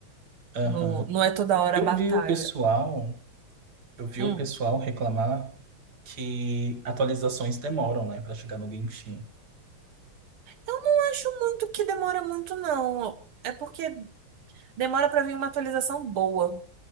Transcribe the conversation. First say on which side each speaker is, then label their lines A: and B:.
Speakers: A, on the right (about 50°); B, on the right (about 80°).
A: aham.
B: No- não é toda hora
A: Eu
B: batalha.
A: vi o pessoal, eu vi
B: Hum.
A: o pessoal reclamar que atualizações demoram, né, para chegar no Genshin.
B: Eu não acho muito que demora muito, não. É porque demora pra vir uma atualização boa.